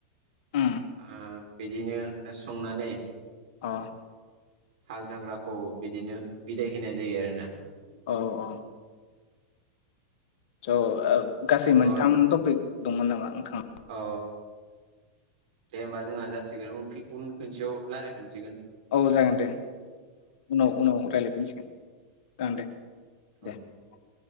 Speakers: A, on the left; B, on the right.
A: उम
B: आं बिदिनो संनानै
A: ओ
B: हाल जांग्राखौ बिदिनो बिदाय होनाय जायो आरोना ।
A: औ औ <unintelligible> गासै मोनथाम
B: औ
A: टपिक दंमोन नामा? नोंथां
B: औ दे होमबा जोंहा जासिगोन फि उन खनसेयाव राय्लायफिनसिगोन ।
A: औ जागोन दे उनाव
B: दे
A: उनाव रायज्लायफिनसिगोन जागोन दे
B: औ
A: दे ।